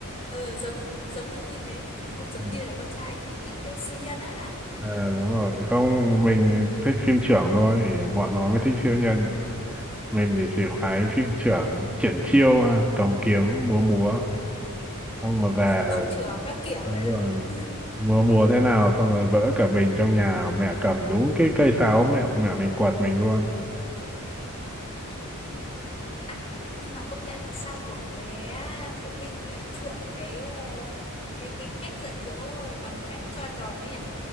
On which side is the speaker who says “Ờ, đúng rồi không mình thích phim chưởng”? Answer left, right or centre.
Centre